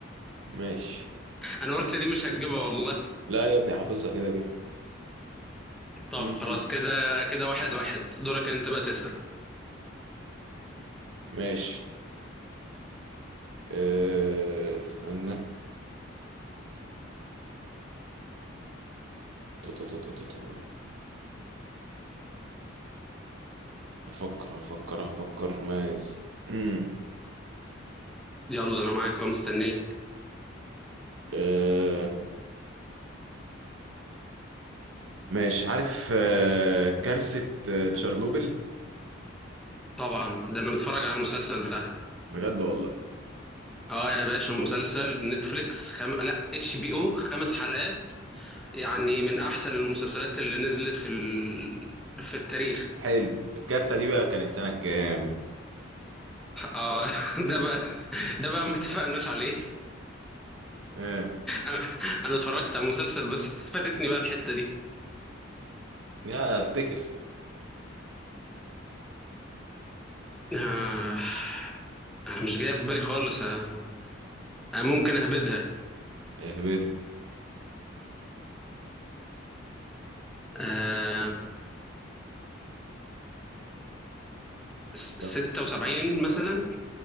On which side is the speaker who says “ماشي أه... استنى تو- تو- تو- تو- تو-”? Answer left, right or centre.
Right